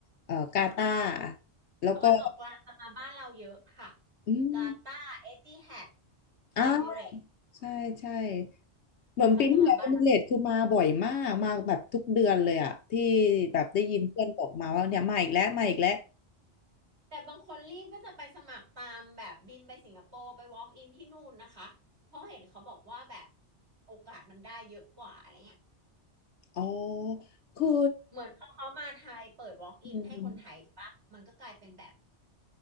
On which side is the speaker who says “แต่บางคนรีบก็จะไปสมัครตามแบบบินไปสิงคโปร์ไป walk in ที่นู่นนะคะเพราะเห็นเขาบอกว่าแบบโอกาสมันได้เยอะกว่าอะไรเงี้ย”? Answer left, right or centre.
Right